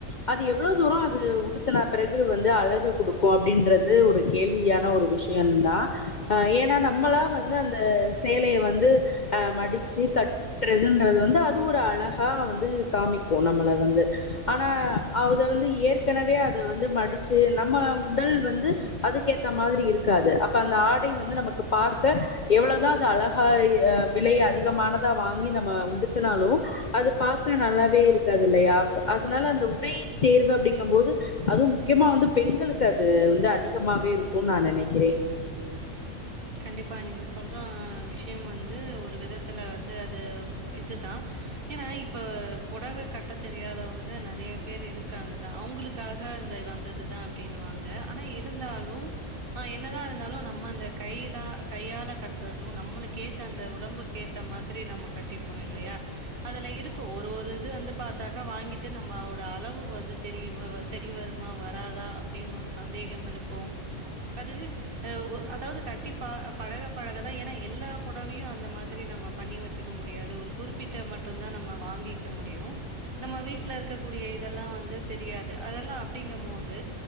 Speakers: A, on the left (about 50°); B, on the right (about 45°).
A: அது எவ்வளவு தூரம் அது உடுத்தன பிறகு வந்து அழக கொடுக்கும் அப்படின்றது ஒரு கேள்வியான ஒரு விஷயம் தான்ஹ ஏன்னா நம்மளா வந்து அந்த சேலையை வந்து அஹ மடிச்சு கட்டுறதுன்றது வந்து அது ஒரு அழகா வந்து காமிக்கும் நம்மளை வந்து ஆனா அத வந்து ஏற்கனவே அத வந்து மடிச்சு நம்ம உடல் வந்து அதுக்க ஏற்ற மாதிரி இருக்காது அப்ப அந்த ஆடை வந்து நமக்கு பார்க்க எவ்வளவுதான் அது அழகா் விலையை அதிகமானதா வாங்கி நம்ம உ துனாலும் அது பார்க நல்லாவே இருக்காது இல்லையா அதனால அந்த உடை தேர்வு அப்படிங்கும் போது அதுவும் முக்கியமா வந்து பெண்களுக்கு அது வந்து அதிகமாவே இருக்கும்னு நான் நினைக்கிறேன்
B: கண்டிப்பா நீங்க சொல்ற விஷ அப்பும் வந்து ஒரு விதத்தில் வந்து அது இதுதான் ஏன்னா இப்ப புடவை கட்ட தெரியாதவங்க நிறைய பேர் இருக்காங்கதான் அவங்களுக்காக இந்த வந்ததுதான் அப்படின்வாங்க ஆனா இருந்தாலும் ஆஹ் என்னதான் இருந்தாலும் நம்ம அந்த கையிலா கையால கட்டுறது நம்மளுக்கு ஏத்த அந்த உடம்புக்கு ஏத்த மாதிரி நம்ம கட்டிப்போ இல்லையா அதுல இருக்கும் ஒரு ஒரு இது வந்து பாார்த்தாக்கா வாங்கிட்டு நம்மோட அளவு வந்து தெரிய சரி வருமா வராதா அப்படின்னு ஒரு சந்தேகம் இருக்கும் அது அஹ் அதாவது கட்டி பழக பழகதான் ஏன்னா எல்லா புடவையும் அந்த மாதிரி நம்ம பண்ணி வச்சுக்க முடியாது ஒரு குறிப்பிட்ட மட்டுும் தான் நம்ம வாங்கிக்க முடியும் நம்ம வீட்டுல இருக்கக்கூடிய இதெல்லாம் வந்து தெரியாது அதெல்லாம் அப்படிங்க போோது